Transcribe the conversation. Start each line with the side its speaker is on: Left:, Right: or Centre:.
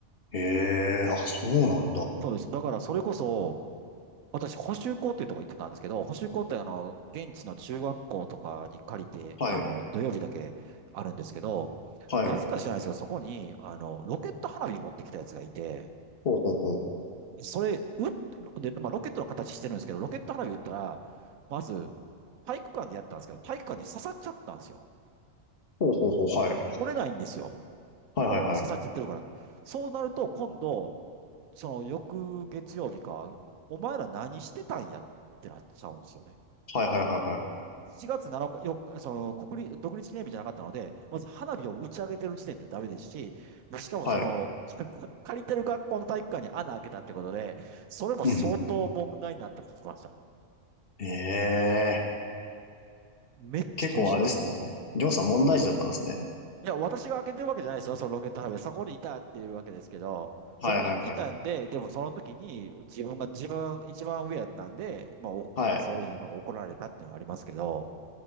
Left: ええあ、そうなんだ。
Right: そうです。だからそれこそ、私、補習校っていうとこ行ってたんですけど、補習校ってあの、現地の中学校とかに借りて、
Left: はい。
Right: あの、土曜日だけあるんですけど、
Left: はい。
Right: なぜか知らないですけど、そこに、あの、ロケット花火持ってきたやつがいて、
Left: ほうほうほう。
Right: それ、うっ、で、まあ、ロケットの形してるんですけど、ロケット花火打ったら、まず、体育館でやったんですけど、体育館に刺さっちゃったんですよ。
Left: ほうほうほう。はい。
Right: 折れないんですよ。
Left: はいはいはい。
Right: もう刺さっちゃってるから。そうなると、今度、その翌月曜日か、お前ら何してたんやってなっちゃうんですよね。
Left: はいはいはいは
Right: 4月7日、よ、その国立、独立記念日じゃなかったので、まず花火を打ち上げてる時点でダメですし、でしかもその、
Left: い。はい。
Right: <laughs> 借りてる学校の体育館に穴開けたってことで、それも相当問題になったと聞きました。
Left: うんうん。ええー。
Right: めっちゃ厳しいです。
Left: 結構あれですね。りょうさん問題児だったんですね。
Right: いや、私が開けてるわけじゃないですよ、そのロケット花火。そこにいたっていうわけですけど、そこにいたんで、
Left: はいはいはい。
Right: でもその時に自分が、自分一番上やったんで、まあ、おなんかそういうふうにまあ怒られたっていうのはありますけど、
Left: はい。